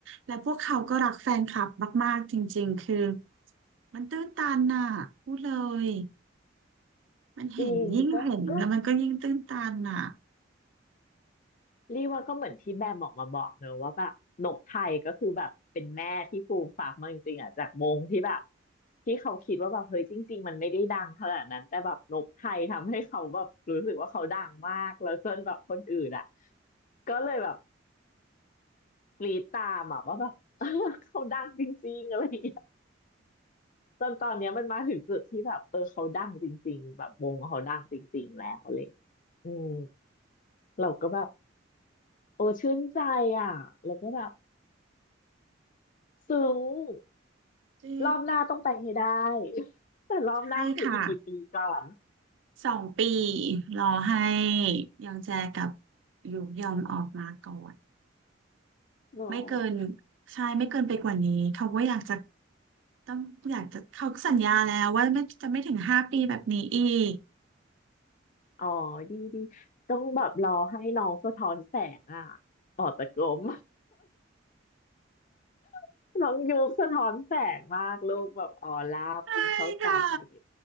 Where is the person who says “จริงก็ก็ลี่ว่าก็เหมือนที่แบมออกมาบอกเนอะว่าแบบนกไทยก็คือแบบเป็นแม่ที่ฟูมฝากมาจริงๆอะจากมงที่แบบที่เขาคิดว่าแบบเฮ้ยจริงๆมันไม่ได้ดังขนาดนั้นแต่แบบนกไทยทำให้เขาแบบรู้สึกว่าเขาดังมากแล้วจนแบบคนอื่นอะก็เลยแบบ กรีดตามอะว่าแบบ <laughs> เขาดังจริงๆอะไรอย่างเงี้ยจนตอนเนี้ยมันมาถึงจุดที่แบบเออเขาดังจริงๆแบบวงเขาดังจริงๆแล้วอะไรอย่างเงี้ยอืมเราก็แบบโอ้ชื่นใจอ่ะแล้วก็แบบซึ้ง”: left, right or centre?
Left